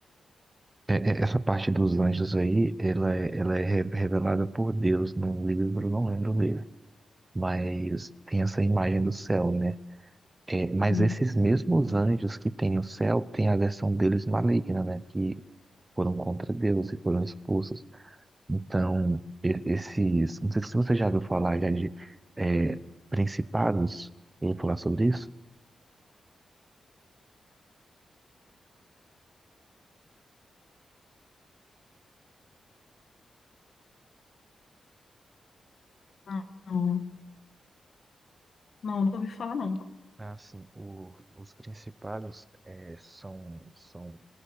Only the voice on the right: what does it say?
é- é- essa parte dos anjos aí, ela, é- ela é re- revelada por Deus num livro, não lembro o livro, mas tem essa imagem do céu, né? É, mas
esses
mesmos anjos que tem no céu, tem a versão deles maligna, né? Que foram contra Deus e foram expulsos. Então, e- esses, não sei se você já ouviu falar já de é, principados, eu vou falar sobre isso.
Assim, o, os principados eh, são, são